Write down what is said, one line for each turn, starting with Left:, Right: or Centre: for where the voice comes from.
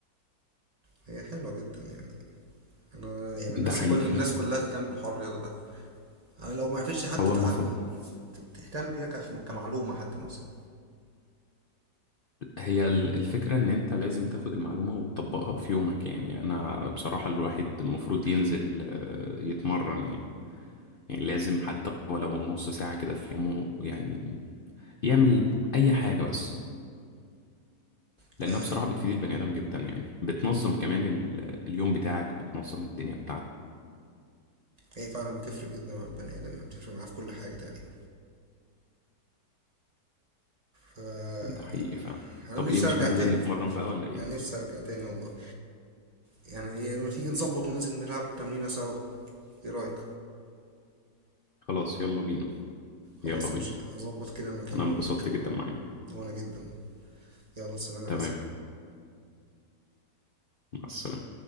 Right: هي حلوة جدا يعني انا يعني
Left: ده
Right: نفسي
Left: حقيقي
Right: كل الناس كلها تهتم بالحوار الرياضة ده أنا لو ما عرفتش حتى
Left: هو
Right: تلعبها
Left: المفروض
Right: ت- تهتم بيها كف- كمعلومة حتى نفسها
Left: هي ال- الفكرة إن أنت لازم تاخد المعلومة وتطبقها في يومك يعني أنا بصراحة الواحد المفروض ينزل آه، يتمرن يعني يعني لازم حتى ولو نص ساعة كده في يومه يعني يعمل أي حاجة بس
Right: ده
Left: لأنها بصراحة بتفيد البني آدم جدا يعني بتنظم كمان ال- اليوم بتاعك بتنظم الدنيا بتاعتك
Right: هي فعلا بتفرق جدا مع البني آدم يعني بتفرق معاه في كل حاجة تقريبا فأنا
Left: ده حقيقي فعلا
Right: نفسي
Left: طب إيه مش
Right: أرجع
Left: هننزل
Right: تاني
Left: نتمرن بقى ولا إيه؟
Right: أنا نفسي أرجع تاني والله يعني إيه، لما تيجي نظبط وننزل نلعب تمرينة سوا إيه رأيك؟
Left: خلاص يلا بينا يلا
Right: خلاص
Left: بينا
Right: ماشي هظبط كده مكان
Left: أنا
Right: أقولك
Left: انبسطت جدا معاك
Right: وأنا جدا يلا سلام يا
Left: تمام
Right: حسن
Left: مع السلامة